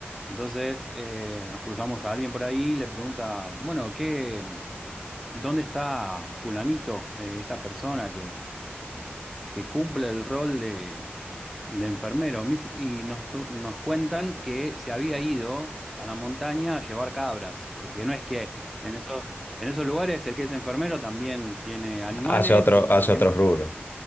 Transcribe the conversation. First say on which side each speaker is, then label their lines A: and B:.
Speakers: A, in the centre; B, on the left.
A: Entonces eh, nos cruzamos a alguien por ahí y le pregunta, bueno, ¿qué, dónde está fulanito, eh, esta persona que que cumple el rol de, de enfermero. Mis- Y nos, cu- nos cuentan que se había ido a la montaña a llevar cabras, porque no es que en esos, en esos lugares el que es enfermero también tiene animales
B: Hace otro,
A: y también,
B: hace otros rubros.